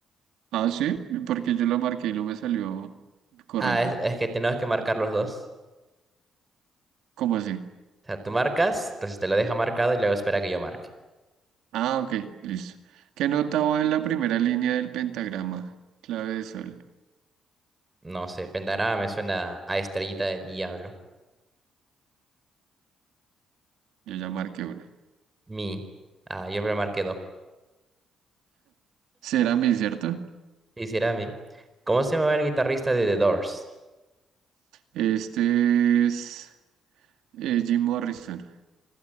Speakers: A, on the right; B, on the right.
A: Ah, sí. Porque yo lo marqué y no me salió correcta.
B: Ah, es, es que tenemos que marcar los dos.
A: ¿Cómo así?
B: O sea, tú marcas, entonces te lo deja marcado y luego espera que yo marque.
A: Ah, ok. Listo. ¿Qué nota va en la primera línea del pentagrama? Clave de sol.
B: No sé, pentagrama me suena a estrellita de diablo.
A: Yo ya marqué una.
B: Mi. Ah, yo me lo marqué dos.
A: Será mi, ¿cierto?
B: Quisiera a mí. ¿Cómo se llamaba el guitarrista de The Doors?
A: Este es eh, Jim Morrison.